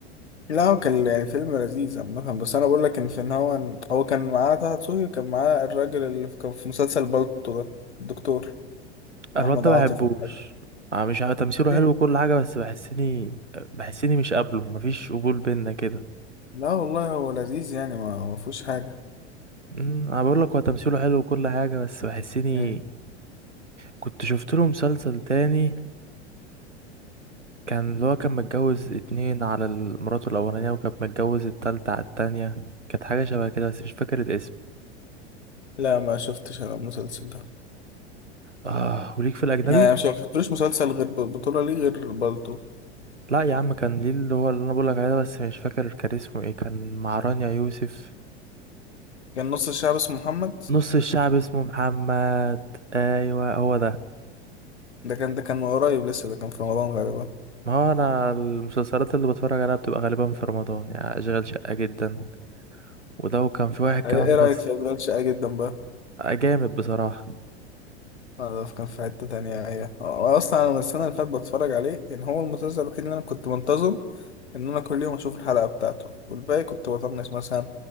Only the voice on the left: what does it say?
لا هو كان يعني فيلم لذيذ عامة بس أنا بقول لك إن في إن هو هو كان معاه طه دسوقي وكان معاه الراجل اللي في- كان في مسلسل بالطو ده الدكتور
أحمد
عاطف
ولا حاجة.
ليه؟
لا والله هو لذيذ يعني ما ما فيهوش حاجة
مم.
لا ما شفتش أنا المسلسل ده
يعني مش ما شفتلوش مسلسل غير ب- بطولة ليه غير بالطو
كان نص الشعب اسمه محمد
ده كان ده كان من قريب لسه ده كان في رمضان غالبا
إيه إيه رأيك
في أشغال شقة جدا بقى؟
آه، ده كان في حتة تانية أيوة هو أصلا أنا من السنة اللي فاتت بتفرج عليه يعني هو المسلسل الوحيد اللي أنا كنت منتظم إن أنا كل يوم أشوف الحلقة بتاعته والباقي كنت بطنش مثلا